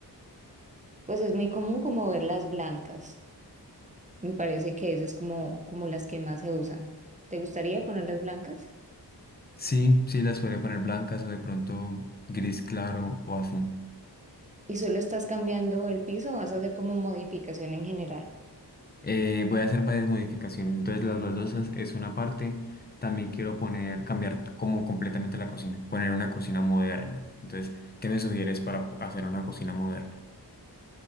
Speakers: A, on the right; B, on the left.
A: Pues es muy común como ver las blancas. Me parece que esas es como, como las que más se usan. ¿Te gustaría ponerlas blancas?
B: Sí, sí, las podría poner blancas o de pronto gris claro o así.
A: Y solo estás cambiando el piso, o vas a hacer como modificación en general.
B: Eh, voy a hacer varias modificaciones. Entonces, las baldosas es una parte. También quiero poner, cambiar como completamente la cocina, poner una cocina moderna. Entonces, ¿qué me sugieres para hacer una cocina moderna?